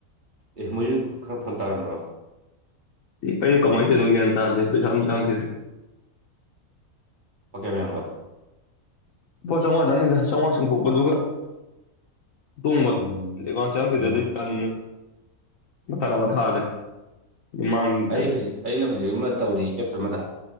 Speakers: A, on the right (about 35°); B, on the left (about 70°).
A: ꯑꯦ ꯃꯣꯏꯁꯨ ꯈꯔ ꯐꯜ ꯇꯥꯔꯝꯕ꯭ꯔꯣ
B: ꯑꯩꯁꯨ ꯀꯃꯥꯏ ꯇꯧꯔꯤꯅꯣ ꯒꯌꯥꯟ ꯇꯥꯗ ꯄꯩꯁꯥ ꯃꯇꯥ ꯆꯉꯛꯇꯔ꯭ꯦ
A: ꯀꯌꯥꯝ ꯌꯥꯝꯕ
B: ꯂꯨꯄꯥ ꯆꯥꯝꯃꯉꯥꯗꯥꯪꯅꯤꯗ ꯆꯥꯝꯃꯉꯥ ꯆꯤꯡꯊꯣꯛꯄ ꯑꯗꯨꯒ ꯇꯣꯡꯕ
A: ꯎꯝ
B: ꯂꯩ ꯋꯥꯣꯟ ꯆꯪꯁꯤꯗꯩ
A: ꯎꯝ
B: ꯇꯟꯅ ꯃꯈꯥ ꯇꯥ ꯊꯥꯔꯦ ꯃꯥꯡꯗꯟ
A: ꯑꯩ ꯍꯧꯖꯤꯛ ꯑꯩꯅ ꯍꯧꯖꯤꯛ ꯑꯃ ꯇꯧꯔꯤ ꯑꯦꯞꯁ ꯑꯃꯗ